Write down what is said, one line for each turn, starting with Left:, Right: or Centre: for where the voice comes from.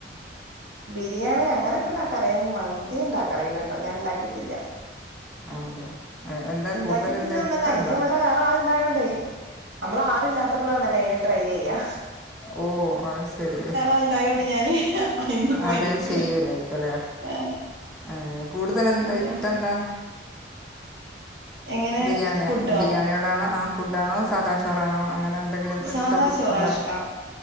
Right: ബിരിയാണി അങ്ങനെയൊക്കെ ഉണ്ടാക്കാൻ അറിയാം മന്തി ഉണ്ടാക്കാൻ അറിയില്ല കേട്ടോ ഞാൻ ഉണ്ടാക്കിട്ടില്ല.
Centre: ആ, അതെ. എ, എന്താ
Right: ഉണ്ടാക്കിട്ടില്ലന്നല്ല
Centre: കൂടുതൽ എന്താ ഇഷ്ടമുണ്ടോ
Right: ഇനി ഇവിടെ വേറെ ആൾ ഇണ്ടായോണ്ടേ. നമ്മള ആരു ഇല്ലാത്തപ്പോളാണല്ലോ അത് ട്രൈ ചെയ്യ.
Centre: ഓ ഓ ആ ശരി
Right: ആളുണ്ടായോണ്ട് ഞാന് അയിമക്ക് മൈന്റെക്കൂല
Centre: അത് ചെയ്യൂലായിരിക്കുംല്ലേ.
Right: ആഹ്
Centre: ഏഹ് കൂടുതൽ എന്താ
Right: അതാണ്
Centre: ഇഷ്ട എന്താ
Right: എങ്ങനെ
Centre: ബിരിയാണിയ
Right: ഫുഡോ
Centre: ബിരിയാണിയോടാണോ ആ ഫുഡ് ആണോ സാദാ ചോറാണോ അങ്ങനെ എ എന്തെങ്കിലും
Right: സാദാ
Centre: ഇട്ട്
Right: ചോറാ
Centre: ഉള്ള
Right: ഇഷ്ടം